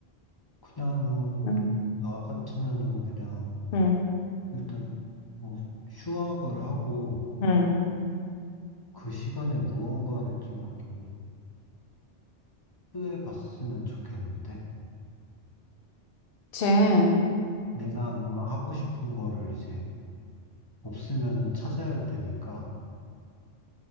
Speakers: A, on the left; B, on the left.
A: 그냥
B: 응.
A: 나 같으면은 그냥
B: 응,
A: 일단 뭐 휴학을 하고
B: 응.
A: 그 시간에 무언가를 좀 약간 시도해 봤으면 좋겠는데
B: 그치.
A: 내가 뭔가 하고 싶은 거를 이제 없으면은 찾아야 되니까